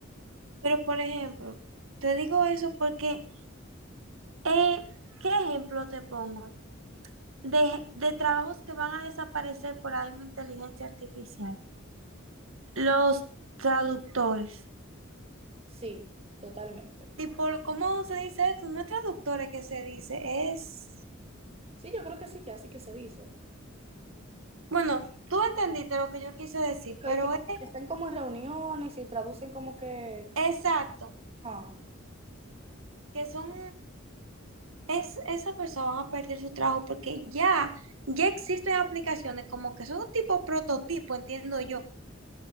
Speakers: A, on the right; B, on the right.
A: Pero, por ejemplo, te digo eso porque, eh, ¿qué ejemplo te pongo? De, de trabajos que van a desaparecer por ahí mi inteligencia artificial. Los traductores.
B: Sí, totalmente.
A: Tipo, ¿cómo se dice eso? No es traductores que se dice, es...
B: Sí, yo creo que sí, que así que se dice.
A: Bueno, tú entendiste lo que yo quise decir,
B: que,
A: pero
B: que
A: es
B: están como en reuniones y traducen como que...
A: exacto,
B: ah,
A: que son... Es, esas personas van a perder su trabajo porque ya, ya existen aplicaciones como que son un tipo prototipo, entiendo yo,